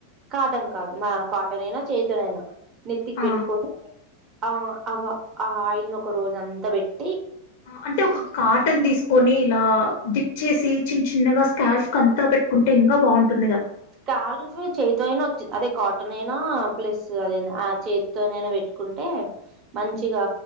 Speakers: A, on the right; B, on the left.
A: కాటన్ కాదు మా కాటన్ అయినా చెయితోనైనా నెత్తికి
B: ఆ
A: పెట్టుకోని ఆ అ ఆ ఆయిల్ని ఒక రోజంతా పెట్
B: అంటే ఒక కాటన్ తీసుకోని ఇలా డిప్ చేసి చిన్న చిన్నగా స్కాల్ఫ్ అంతా పెట్టుకుంటే ఇంకా బాగుంటద్
A: స్కాల్ఫ్ చెయితో అయిన వచ్చిది అదే కా టనైనా ప్లస్ అదైనా ఆ చేతితోనైనా పెట్టుకుంటే మంచిగా